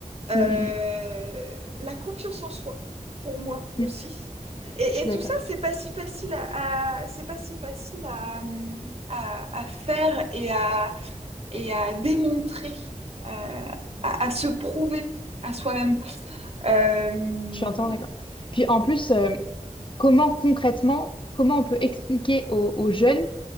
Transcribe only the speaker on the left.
Mm, mm,
mm,
mm.
Je suis
d'accord.
Je suis entièrement d'accord. Puis en plus, euh, comment concrètement, comment on peut expliquer aux, aux jeunes